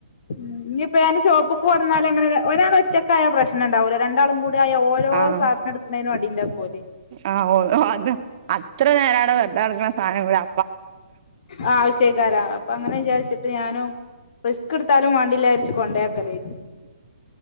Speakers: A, on the left; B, on the right.
A: ഉ ഇനി ഇപ്പോ എൻ ഷോപ്പക്ക് വടന്നാലും അങ്ങനെ ഒരാൾ ഒറ്റക്കായ പ്രശനം ഉണ്ടാവല്ലോ രണ്ടാളും കൂടി ആയ ഓരോ
B: ആഹ
A: സാധനം എടുക്കണേനും അടി ഉണ്ടാക്കും ഓല്
B: ആ ഓ അത് അത്ര നേരള വ ദർദ സം രാ
A: ആഹ് ആഷേക്കാരാ അപ്പൊ അങ്ങനെ വിചാരിച്ച ിട്ട് ഞാനും റിസ്ക് എടുത്താലും വാണ്ടിില്ലാരിച്ചച്ച് കൊണ്ടേയാക്കല്ലേ ഇത്